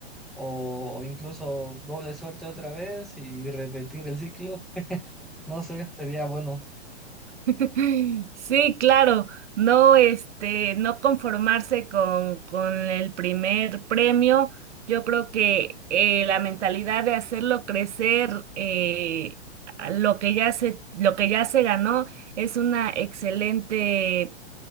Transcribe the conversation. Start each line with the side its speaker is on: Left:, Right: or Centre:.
Centre: o incluso doble suerte otra vez y repetir el ciclo. No sé, sería bueno.
Right: <laughs> Sí, claro, no, este, no conformarse con, con el primer premio. Yo creo que eh, la mentalidad de hacerlo crecer, eh, a lo que ya se, lo que ya se ganó, es una excelente